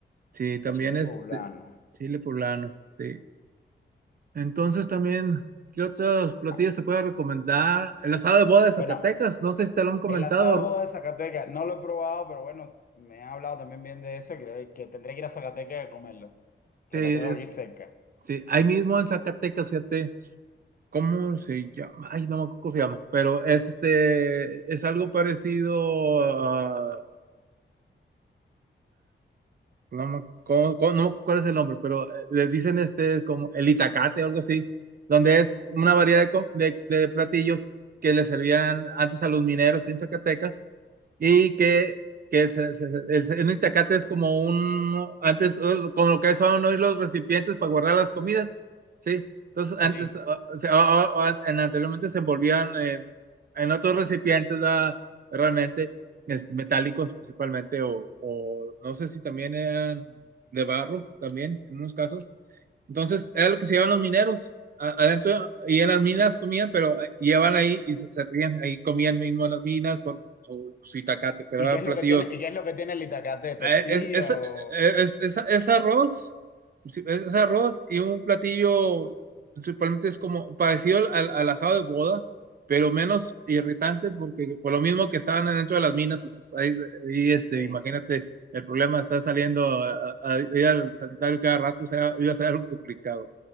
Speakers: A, on the right (about 50°); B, on the left (about 45°).
A: sí, también
B: Chile
A: este,
B: poblano.
A: chile poblano, sí. Entonces también, ¿qué otros platillos
B: Ah,
A: te puedo recomendar? El asado de boda de Zacatecas,
B: bueno,
A: no sé si te lo han comentado.
B: el asado de Zacatecas, no lo he probado, pero bueno, me han hablado también bien de eso y creo que tendré que ir a Zacatecas a comerlo, que
A: Sí, es,
B: lo tengo aquí cerca.
A: Sí, ahí mismo en Zacatecas, fíjate, ¿cómo se llama? Ay, no me acuerdo cómo se llama, pero este es algo parecido a no me, cómo- cómo- no me acuerdo cuál es el nombre, pero eh, les dicen este como el itacate o algo así, donde es una variedad de, com- de- de platillos que les servían antes a los mineros en Zacatecas y que, que se- se- se- el, el itacate es como un, antes, eh, como lo que son hoy los recipientes para guardar las comidas, ¿sí? Entonces,
B: Sí.
A: antes, ah, se- ah, ah, ah, en- anteriormente se envolvían en, en otros recipientes, ¿verdad? Realmente este, metálicos principalmente, o, o no sé si también eran de barro, también, en unos casos. Entonces, era lo que se llevaban los mineros a- adentro, y en las minas comían, pero eh, llevaban ahí y se servían, ahí comían mismo en las minas con su, su itacate, pero
B: ¿Y
A: eran
B: qué es
A: platillos
B: lo que tiene, y qué es lo que tiene el itacate? ¿Tortilla
A: eh, Es, es, eh,
B: o...?
A: es, es- es arroz, pues, sí, es, es arroz y un platillo principalmente es como parecido al, al- al asado de boda, pero menos irritante porque por lo mismo que estaban dentro de las minas, pues es ahí, ahí, este,
B: Sí.
A: imagínate, el problema está saliendo a- a- a ir al sanitario cada rato, o sea, iba a ser algo complicado.